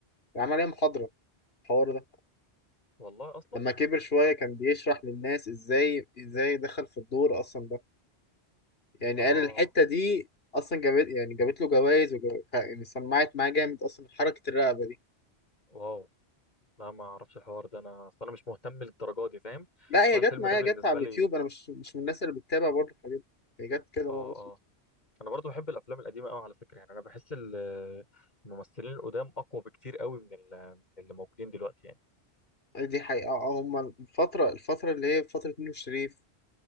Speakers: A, on the left; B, on the left.
A: عمل عليها محاضرة الحوار ده
B: والله اصلا
A: لما كبر شوية كان بيشرح للناس ازاي ازاي دخل في الدور اصلا ده يعني
B: اه
A: قال الحتة دي اصلا جابت يعني جابت له جوائز وجو... يعني سمعت معاه جامد اصلا حركة الرقبة دي
B: واو لا ما اعرفش الحوار ده انا اصلا انا مش مهتم للدرجه دي فاهم
A: لا هي
B: اصلا
A: جت
B: الفيلم
A: معايا
B: ده بالنسبه
A: جت على اليوتيوب
B: لي
A: انا مش مش من الناس اللي بتتابع برضه الحاجات دي هي جت كده
B: اه
A: بقى بص
B: آه. انا برضو بحب الافلام القديمه قوي على فكره يعني انا بحس ال- الممثلين القدام اقوى بكتير قوي من ال- من اللي موجودين دلوقتي يعني
A: دي حقيقة آه، هما الفترة الفترة اللي هي فترة نور الشريف